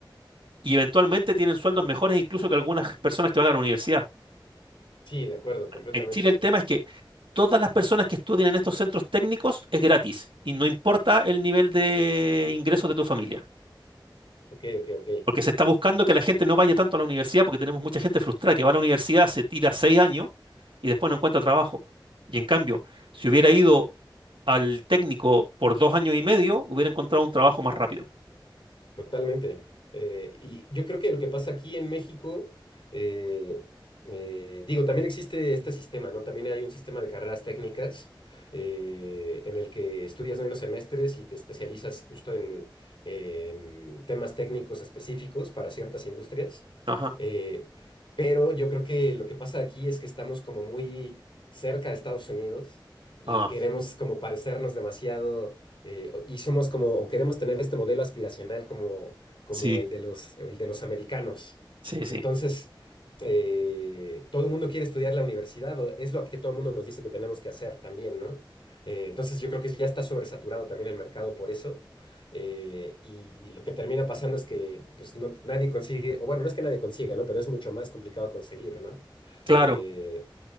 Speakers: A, on the right (about 80°); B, on the left (about 85°).
A: y eventualmente tienen sueldos mejores incluso que algunas personas que van a la universidad.
B: Sí, de acuerdo, completamente.
A: En Chile el tema es que todas las personas que estudian en estos centros técnicos es gratis y no importa el nivel de ingresos de tu familia.
B: Ok, ok, ok.
A: Porque se está buscando que la gente no vaya tanto a la universidad, porque tenemos mucha gente frustrada que va a la universidad, se tira seis años y después no encuentra trabajo. Y en cambio, si hubiera ido al técnico por dos años y medio, hubiera encontrado un trabajo más rápido.
B: Totalmente. Eh, y yo creo que lo que pasa aquí en México, eh, eh, digo, también existe este sistema, ¿no? También hay un sistema de carreras técnicas eh, en el que estudias menos semestres y te especializas justo en, en temas técnicos específicos para ciertas industrias.
A: Ajá.
B: Eh, pero yo creo que lo que pasa aquí es que estamos como muy cerca de Estados Unidos y
A: Ah,
B: queremos como parecernos demasiado eh, o- y somos como, o queremos tener este modelo aspiracional como, como
A: Sí,
B: el de los, el de los americanos.
A: sí, sí.
B: Entonces, eh, todo el mundo quiere estudiar la universidad, o es lo que todo el mundo nos dice que tenemos que hacer también, ¿no? Eh, entonces, yo creo que ya está sobresaturado también el mercado por eso. eh, y lo que termina pasando es que pues, no- nadie consigue, o bueno, no es que nadie consiga, ¿no? Pero es mucho más complicado conseguir, ¿no?
A: Claro,
B: Eh,